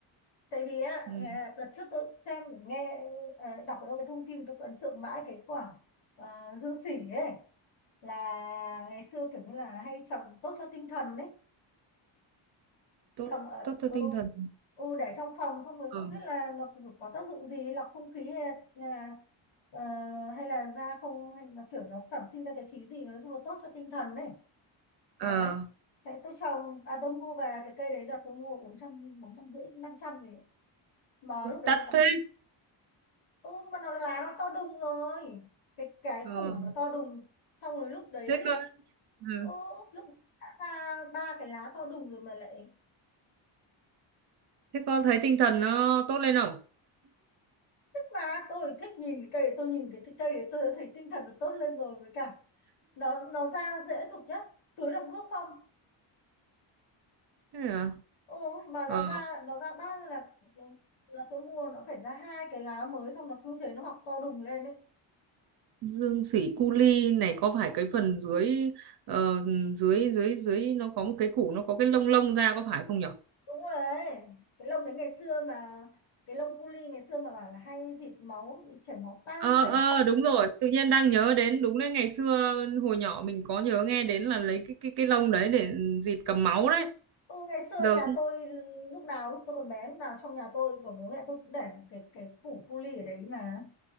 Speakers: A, on the left; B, on the right.
A: tại vì á
B: Ừ,
A: nghe- đợt trước tôi xem nghe ờ, đọc ở đâu cái thông tin tôi cứ ấn tượng mãi cái quả ờ, dương xỉ ấy là ngày xưa kiểu như là hay trồng tốt cho tinh thần đấy
B: tốt
A: trồng ở
B: tốt cho
A: ừ,
B: tinh thần.
A: ừ để trong phòng xong rồi
B: Ừ.
A: không biết là nó có tác dụng gì lọc không khí hay là ờ, hay là ra không hay là kiểu nó sản sinh ra cái khí gì nói chung là tốt cho tinh thần đấy
B: À,
A: đấy thế tôi trồng à tôi mua về cái cây đấy là tôi mua bốn trăm bốn trăm rưỡi năm trăm thì mà lúc đấy
B: đắt
A: nó có
B: thế.
A: ừ, nhưng mà nó lá nó to đùng rồi cái cái
B: Ờ,
A: củ nó to đùng xong rồi lúc đấy
B: thế cơ. Ừ.
A: Ô, lúc đã ra ba cái lá to đùng rồi mà lại
B: Thế con thấy tinh thần nó tốt lên không?
A: thích mà tôi thích nhìn cái cây đấy tôi nhìn cái cây đấy tôi đã thấy tinh thần nó tốt lên rồi với cả nó nó ra dễ cực nhá tưới được nước không
B: Thế à?
A: Ồ, mà nó
B: Ờ,
A: ra nó ra bao nhiêu là ừ, là tôi mua nó phải ra hai cái lá mới xong nó cứ thế nó mọc to đùng lên ấy
B: dương sỉ cu li này có phải cái phần dưới ờ, dưới dưới dưới nó có một cái củ nó có cái lông lông ra có phải không nhở?
A: đúng rồi đấy cái lông đấy ngày xưa mà cái lông cu li ngày xưa mà bảo là hay dịt máu bị chảy máu tanh
B: ờ
A: ấy
B: ờ đúng rồi tự nhiên đang nhớ đến đúng đấy ngày xưa hồi nhỏ mình có nhớ nghe đến là lấy cái cái cái lông đấy để dịt cầm máu đấy
A: Ừ, ngày xưa
B: giờ
A: nhà tôi lúc nào lúc tôi còn bé lúc nào trong nhà tôi của bố mẹ tôi cũng để cái cái củ cu li ở đấy mà